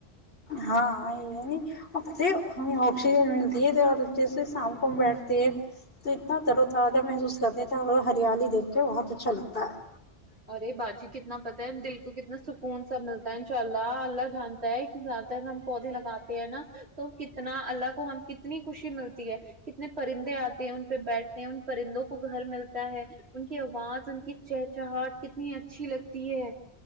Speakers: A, on the left; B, on the right.
A: ہاں یہ ہے نہیں ہمیں آکسیجن ملتی ہے اور جیسے شام کو ہم بیٹھتے ہیں تو اتنا تر و ترازہ محسوس کرتے تھ ہریالی دیکھ کے بہت اچھا لگتا ہے
B: ارے باجی کتنا پتا ہے دل تو کتنا سکون سب ملتا ہے ان شاء اللہ اللہ جانتا ہے کہ زیادہ تر ہم پودے لگاتے ہیں نا تو کتنا اللہ کو ہم ک کتنی خوشی ملتی ہے کتنے پرندے آتے ہیں ان پہ بیٹھتے ہیں ان پرندوں کو گھر ملتا ہے ان کی آواز چہچہاٹ کتنی اچھی لگتی ہے